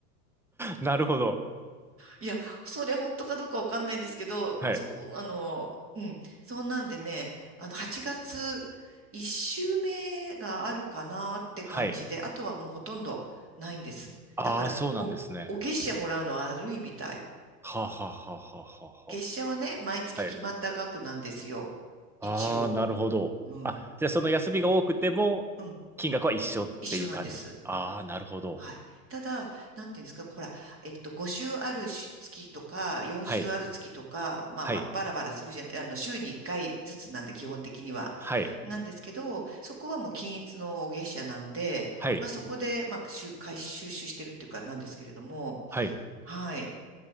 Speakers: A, in the centre; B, on the right.
A: なるほど。
B: いや、それ本当かどうかわかんないんですけど、
A: はい。
B: そう、あの、うん、そうなんでね、あの、8月1週目があるかなって感じで、
A: はい。
B: あとはもうほとんどないんです。
A: ああ、
B: だから、
A: そうなんですね。
B: お、お月謝もらうのは悪いみたい。
A: はあ、はあ、はあ、はあ、
B: 月謝はね、
A: は
B: 毎月決まった額なんですよ。
A: あ。はい。ああ、
B: 一応。
A: なるほど。
B: うん。
A: あ、じゃあその休みが多くても、
B: うん。
A: 金額は一緒っていう感じ。
B: 一緒なんです。
A: ああ、なるほど。
B: はい。ただ、なんていうんですか、ほら、えっと、5週あるし月とか、4週ある月とか、
A: はい。
B: まあ、
A: はい。
B: ば、バラバラするじゃん、あの、週に1回ずつなんで、基本的には。
A: はい。
B: なんですけど、そこはもう均一の月謝なんで、
A: はい。
B: まあ、そこで、まあ、収、回収集してるっていうか、なんですけれども、
A: はい。
B: はい。